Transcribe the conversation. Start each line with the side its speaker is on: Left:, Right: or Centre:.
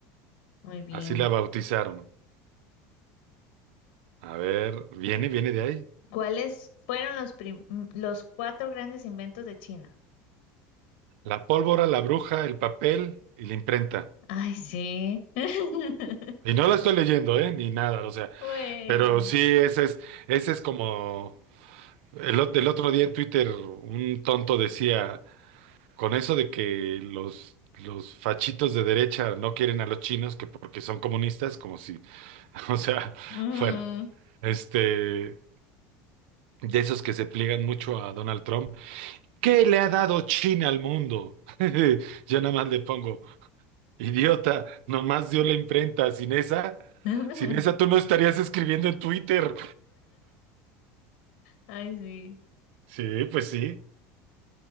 Left: muy bien.
Right: Así la bautizaron. A ver, viene, viene de ahí.
Left: ¿Cuáles fueron los, prim- los cuatro grandes inventos de China?
Right: La pólvora, la bruja, el papel y la imprenta.
Left: Ay, sí. <laughs>
Right: Y no la estoy leyendo, ¿eh? Ni nada, o sea,
Left: Pues.
Right: pero sí, ese es, ese es como... El, ot- el otro día en Twitter un tonto decía, con eso de que los, los fachitos de derecha no quieren a los chinos, que porque son comunistas, como si, <laughs> o sea,
Left: mm.
Right: bueno, este, de esos que se pliegan mucho a Donald Trump, ¿qué le ha dado China al mundo? <laughs> Yo nada más le pongo, idiota, nomás dio la imprenta, sin esa,
Left: <laughs>
Right: sin esa tú no estarías escribiendo en Twitter.
Left: Ay, sí.
Right: Sí, pues sí.